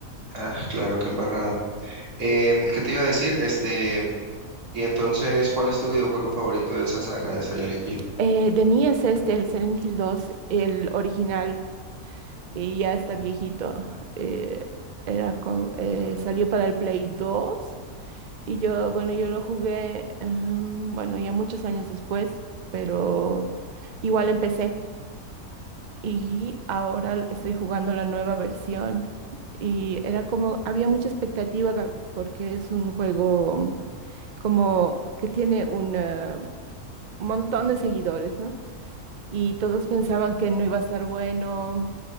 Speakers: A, on the right; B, on the right.
A: Ah, claro, qué embarrada. Em, ¿qué te iba a decir? Este, y entonces, ¿cuál es tu videojuego favorito de esa saga de Silent Hill?
B: Eh, de mí es este, el Silent Hill 2 el original, y ya está viejito. Eh, era con- eh, salió para el Play 2 y yo, bueno, yo lo jugué, em, bueno, ya muchos años después, pero igual empecé. y ahora l- estoy jugando la nueva versión y era como, había mucha expectativa ga- porque es un juego como que tiene un eh, montón de seguidores, ¿no? Y todos pensaban que no iba a estar bueno,